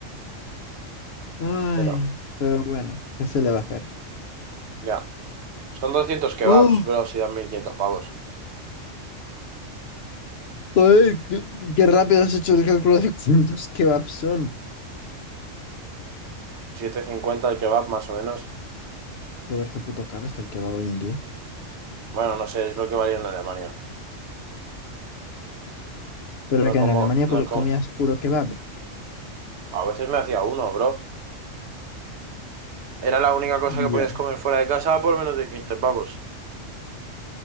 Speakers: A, on the left; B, on the right.
A: Ay,
B: Pero,
A: pero bueno, ¿qué se le va a hacer?
B: ya. Son doscientos kebabs,
A: ¡Oh!
B: bro, si dan 1.500 pavos.
A: Joder, qué, qué rápido has hecho el cálculo de cuántos kebabs son.
B: setecientos cincuenta el kebab, más o menos.
A: Joder, qué puto caro está el kebab hoy en día.
B: Bueno, no sé, es lo que valía en Alemania.
A: Pero
B: No
A: que
B: como...
A: en Alemania
B: No
A: pu-
B: como...
A: comías puro kebab.
B: A veces me hacía uno, bro. Era la única cosa que
A: Ya.
B: podías comer fuera de casa por menos de 15 pavos.